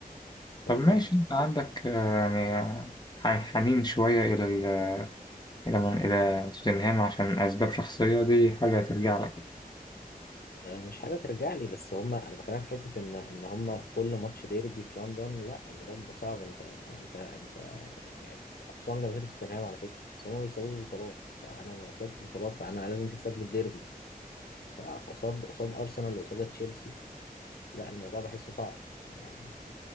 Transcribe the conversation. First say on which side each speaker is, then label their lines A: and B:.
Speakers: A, on the left; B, on the left.
A: آه،
B: طب ماشي أنت عندك آه، يعني آه، ح- حنين شوية إلى ال- إلى من إلى توتنهام عشان أسباب شخصية دي حاجة ترجع لك يعني.
A: آه، مش حاجة ترجع لي بس هما أنا بكلمك في حتة إن إن هما كل ماتش ديربي في لندن لا الموضوع بيبقى صعب أنت أنت أنت يعني خصوصا جماهير توتنهام على فكرة بس هما ما بيكسبوش بطولات فأنا ما بكسبش بطولات فأنا لازم تكسب لي الديربي فقصاد قصاد أرسنال وقصاد تشيلسي لا الموضوع بحسه صعب يعني